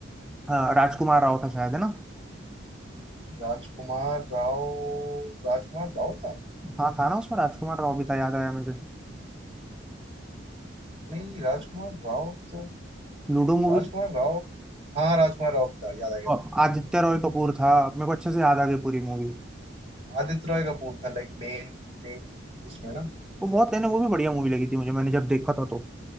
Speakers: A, in the centre; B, on the right.
A: हाँ, राजकुमार राव था शायद है ना
B: राजकुमार राव राजकुमार राव था
A: हाँ था ना उसमें राजकुमार राव भी था याद आया मुझे
B: नहीं राजकुमार राव तो
A: लूडो मूवी
B: राजकुमार राव हाँ राजकुमार राव भी था याद आ गया याद
A: और
B: आ
A: आदित्य रॉय कपूर था मेरे को अच्छे से याद आ गई पूरी मूवी
B: गया। आदित्य रॉय कपूर था लाइक मेन मेन उसमें ना
A: वो बहुत है ना वो भी बढ़िया मूवी लगी थी मुझे मैंने जब देखा था तो